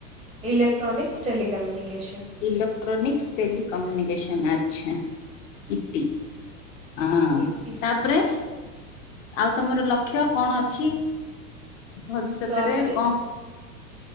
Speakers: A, in the centre; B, on the left.
A: ଇଲେକ୍ଟ୍ରାନିକସ୍ ଟେଲିିକମ୍ୟୁନିକେସନ୍।
B: ଇଲେକ୍ଟ୍ରାନିକ୍ସ ଟେଲିିକମ୍ୟୁନିକସନ୍ ଆଛ ଇଟି। ହଁ
A: ଇଟିସି।
B: ତାପରେ ଆଉ ତମର ଲକ୍ଷ୍ୟ କଣ ଅଛି ଭବିଷ୍ୟତରେ
A: ତ ଆପରେ
B: କଣ